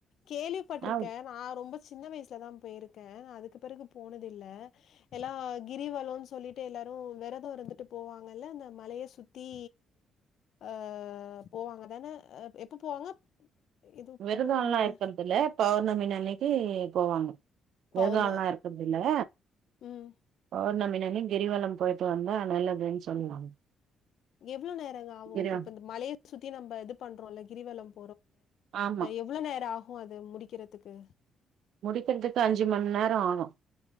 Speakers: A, on the left (about 70°); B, on the right (about 70°).
A: கேள்விப்பட்டிருக்கேன்
B: ஆ
A: நான் ரொம்ப சின்ன வயசுலதான் போயிருக்கேன் அதுக்கு பிறகு போனதில்லை எல்லாம் கிரிவலம்ன்னு சொல்லிட்டு எல்லாரும் விரதம் இருந்துட்டு போவாங்கல்ல இந்த மலையை சுத்தி அஹ் போவாங்க தானே எப்ப போவாங்க இது
B: விருதுள்ளா
A: பௌர்ணமியா
B: இருக்கதுல ப பூ மின்னிலக்கு போவாங்க
A: பௌர்ண
B: விரதலாம் இருக்கிறதுல
A: ம்
B: பௌர்ணமின் என் கிரிவலம் போயிட்டு வந்தா நல்லதுன்னு சொல்லுவாங்க
A: எவ்வளவு நேரங்க ஆகும்
B: கிரிவ
A: இப்ப மழையை சுத்தி நம்ம இது பண்றோம்ல்ல கிரிவலம்
B: ஆமா
A: எவ்வளவு நேரம் ஆகும் க்கும் அது முடிக்கிறதுக்கு
B: முடிக்கிறதுக்கு அஞ்சு மணி நேரம் ஆகும்